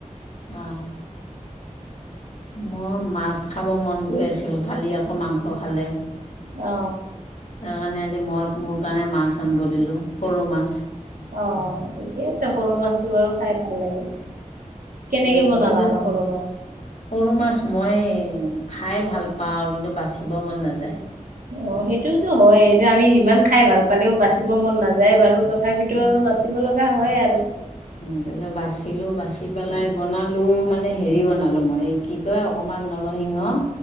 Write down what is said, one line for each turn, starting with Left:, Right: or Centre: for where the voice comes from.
Left: অ, মই মাছ খাব মন গৈ আছিল কালি আকৌ মাংস খালে।
Right: অ,
Left: তাৰ কাৰণে আজি মই মোৰ কাৰণে মাছ আনবো দিলো সৰু মাছ।
Right: অ, ঠিকে আছে সৰু মাছটো বাৰু খাই ভাল লাগে। কেনেকে
Left: উম,
Right: বনালানো
Left: কিন্তু
Right: সৰু মাছ
Left: সৰু মাছ মই খাই ভাল পাওঁ, কিন্তু বাচিব মন নাযায়।
Right: অ, সেইটোওতো হয় এতিয়া আমি ইমান খাই ভাল পালেও বাচিব মন নাযায় বাৰু। তথাপিতো
Left: উম
Right: আৰু বাচিব লগা হয় আৰু।
Left: উম, তাৰ পিছত বাচিলো বাচি পেলাই বনালো মানে হেৰি বনালো মই কি এই অকমান নৰসিংহ